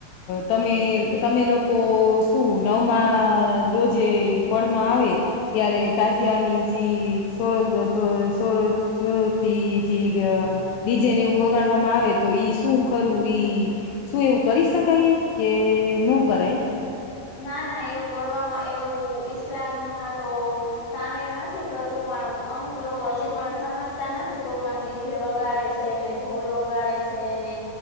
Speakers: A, on the left; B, on the left.
A: તમે તમે લોકો શું નવમાં રોજે પડમાં આવે ત્યારે તાજિયાની જે સો સોરો સોોરોથી જે ડીજેને એવું વગાડવામાં આવે તો ઈ શું ખરું ઈ ઈ શું એવું કરી શકાય કે નો કરાય?
B: ના ના એવું કરવામાં એવું ઈસ્લામમાં તો સામેલ નથી કરવું પણ અમુક લોકો હજી પણ સમજતા નથી તો પણ ડીજે વગાડે છે ને ઢોલ વગાડે છે ને